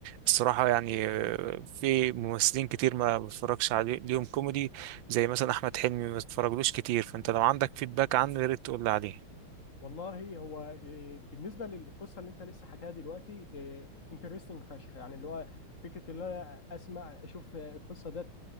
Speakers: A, on the right (about 70°); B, on the left (about 35°).
A: الصراحة يعني آه، في ممثلين كتير ما بتفرجش عليهم كوميدي زي مثلا احمد حلمي ما اتفرجلوش كتير فانت لو عندك فيدباك عنه يا ريت تقول لي عليه
B: والله هو إيه، بالنسبه للقصه اللي انت لسه حكاها دلوقتي انترستنج فشخ يعني اللي هو فكره اللي انا اسمع اشوف آه، القصه ده